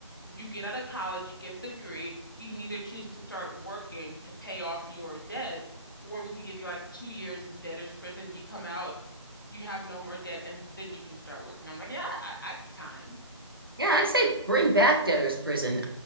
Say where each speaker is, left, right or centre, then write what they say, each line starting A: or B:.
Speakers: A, on the left; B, on the right.
A: you get out of college, you get the degree, you can either choose to start working to pay off your debt, or we could give you like two years in debtor's prison. You come out, you have no more debt, and then you can start working. I'm like, yeah, I, I got time.
B: yeah, I'd say bring back debtor's prison.